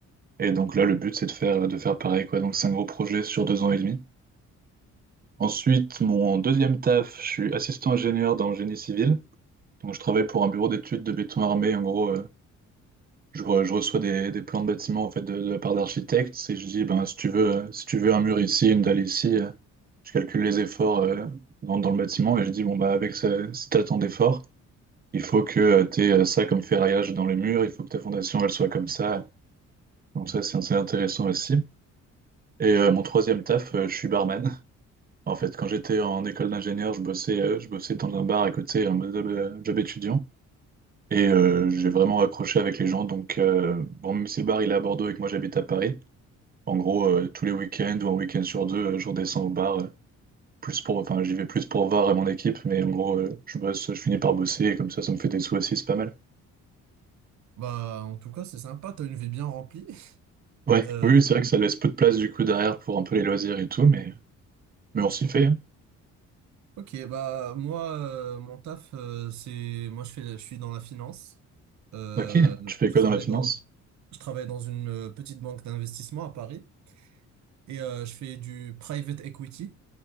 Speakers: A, on the right; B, on the right.
A: Et donc là, le but, c'est de faire, de faire pareil, quoi. Donc c'est un gros projet sur deux ans et demi. Ensuite, mon deuxième taf, je suis assistant ingénieur dans le génie civil. Donc je travaille pour un bureau d'études de béton armé. En gros, euh, je, re- je reçois des, des plans de bâtiments en fait, de, de la part d'architectes. Et je dis, ben, si tu veux, euh, si tu veux un mur ici, une dalle ici, euh, je calcule les efforts euh, dans, dans le bâtiment. Et je dis, bon, bah, avec ce, si tu as tant d'efforts, il faut que tu aies ça comme ferraillage dans le mur. Il faut que ta fondation, elle soit comme ça. Donc ça, c'est c'est intéressant aussi. Et euh, mon troisième taf, euh, je suis barman. En fait, quand j'étais en école d'ingénieur, je bossais, euh, je bossais dans un bar à côté, un job, euh, job étudiant. Et euh, j'ai vraiment accroché avec les gens. Donc, euh, bon, même si le bar il est à Bordeaux et que moi j'habite à Paris, en gros, euh, tous les week-ends ou un week-end sur deux, euh, je redescends au bar. euh, plus pour, enfin, j'y vais plus pour voir euh, mon équipe, mais en gros, euh, je bosse, je finis par bosser et comme ça, ça me fait des sous aussi, c'est pas mal.
B: Bah, en tout cas, c'est sympa, t'as une vie bien remplie. <laughs>
A: Ouais,
B: Euh,
A: oui, oui, c'est vrai que ça laisse peu de place du coup derrière pour un peu les loisirs et tout, mais, mais on s'y fait. hein.
B: ok, bah, moi, euh, mon taf, euh, c'est. Moi, je fais, je suis dans la finance. Euh,
A: Ok, tu fais
B: je
A: quoi
B: travaille
A: dans la finance?
B: dans, je travaille dans une euh, petite banque d'investissement à Paris et euh, je fais du private equity.